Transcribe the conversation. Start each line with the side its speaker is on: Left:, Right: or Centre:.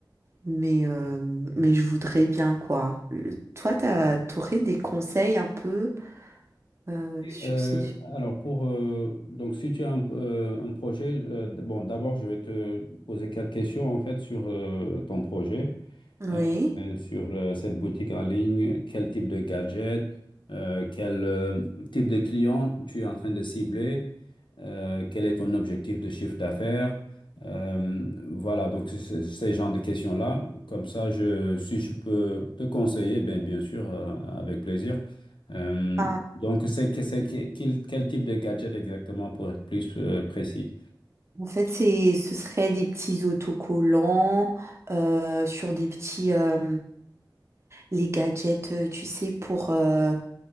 Right: Mais, euh, mais je voudrais bien, quoi. Euh, Toi, t'as, t'aurais des conseils un peu euh, sur
Left: Euh,
Right: ces films?
Left: alors pour euh, donc si tu as un, euh, un projet, euh, d- bon d'abord je vais te poser quelques questions en fait sur euh, ton projet.
Right: Oui.
Left: euh, euh, sur euh, cette boutique en ligne, quel type de gadget, euh, quel euh, type de client tu es en train de cibler, euh, quel est ton objectif de chiffre d'affaires. Euh, voilà, donc c'est- c'est- ces genres de questions-là, comme ça, je, si je peux te conseiller, ben, bien sûr, euh, avec plaisir. Euh,
Right: Ah,
Left: donc, c'est que- c'est que- quel, quel type de gadget exactement pour être plus euh, précis?
Right: en fait, c'est, ce serait des petits autocollants euh, sur des petits... euh, les gadgets, euh, tu sais, pour, euh,